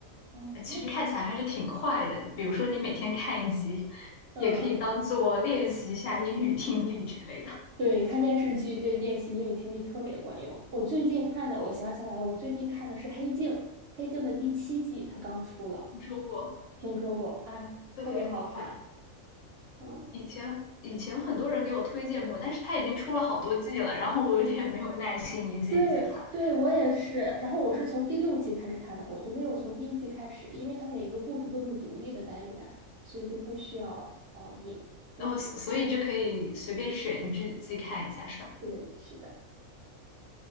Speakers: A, on the right (about 60°); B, on the left (about 65°).
A: 哦，
B: 其实看起来还是挺快的。
A: 没问题。
B: 比如说你每天看一集，
A: 嗯。
B: 也可以当做练习一下英语听力之类的。
A: 对，看电视剧对练习英语听力特别管用。我最近看的，我想起来了，我最近看的是《黑镜》，《黑镜》的第七季，它刚出了，
B: 听说过？
A: 听说过，哎，
B: 对，
A: 特别好看。
B: 我
A: 嗯，
B: 以前以前很多人给我推荐过，但是它已经出了好多季了，然后我有点没有耐心一季一季看，
A: 对，对，我也是。然后我是从第六季开始看的，我就没有从第一季开始，因为它每个故事都是独立的单元，所以就不需要哦，你，嗯，
B: 然后所所以就可以随便选一季一季看一下，是吧？
A: 对，是的，